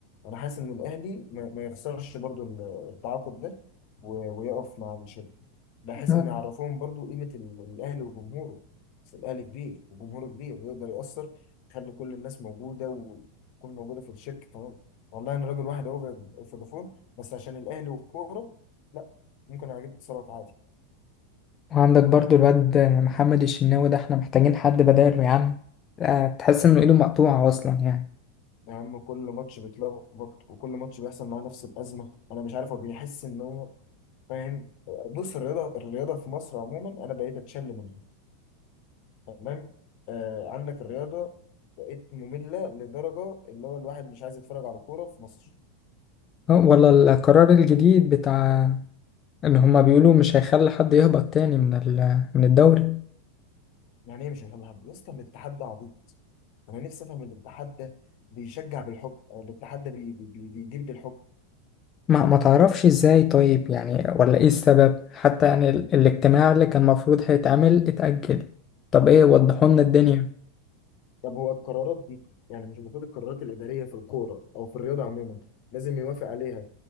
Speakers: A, on the left; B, on the left.
A: انا حاسس ان الاهلي ما ما يخسرش برضه ال- التعاقد ده و- ويقف مع الشركه بحيث
B: آه.
A: ان يعرفوهم برضه قيمه ال- الاهلي وجمهوره بس الاهلي كبير وجمهوره كبير ويقدر يأثر يخلي كل الناس موجوده وتكون موجوده في الشركه تمام والله انا راجل واحد اهو في فودافون بس عشان الاهلي والكوره لا ممكن اجيب اتصالات عادي
B: وعندك برضو الواد محمد الشناوي ده احنا محتاجين حد بداله يا عم آه، تحس انه ايده مقطوعة اصلا يعني
A: يا عم كل ماتش بيتلخبط وكل ماتش بيحصل معاه نفس الأزمة أنا مش عارف هو بيحس إن هو فاهم بص الرياضة الرياضة في مصر عموما أنا بقيت أتشل منها تمام آه عندك الرياضة بقت مملة لدرجة اللي هو الواحد مش عايز يتفرج على كورة في مصر
B: آه، ولا القرار الجديد بتاع ان هما بيقولوا مش هيخلي حد يهبط تاني من ال- من الدوري
A: يعني إيه مش هيفهم حد يا اسطى الاتحاد ده عبيط أنا نفسي أفهم الاتحاد ده بيشجع بالحب أو الاتحاد ده بي بي بي- بيدير بالحب
B: ما ما تعرفش ازاي طيب يعني ولا ايه السبب حتى يعني ال- الاجتماع اللي كان المفروض هيتعمل اتأجل طب ايه وضحوا لنا الدنيا
A: طب هو القرارات دي يعني مش المفروض القرارات الإدارية في الكورة أو في الرياضة عموما لازم يوافق عليها